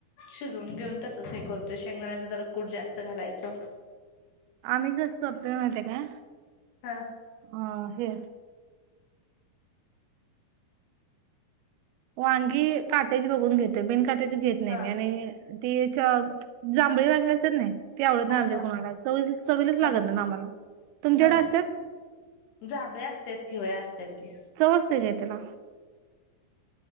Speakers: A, on the left; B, on the right.
A: शिजवून घेऊन तसच हे करतोय. शेंगदाण्याचा जरा कूट जास्त घालायचा.
B: आम्ही कस करतोय माहितेय काय?
A: हा
B: अ हे वांगी काटेच बघून घेतोय बिनकाटे ची घेत नाही
A: हा
B: मी आणि तिच्या जांभळी वांगी असत्यात नाय ती आवडत नाही
A: हा
B: आमच्यात
A: हा
B: कुणाला च चवीलच लागत
A: हा
B: नाही आम्हाला तुमच्याकडे
A: हा
B: असतात.
A: जांभळे असत्यात की होय असत्यात की.
B: चव असते काय? त्याला.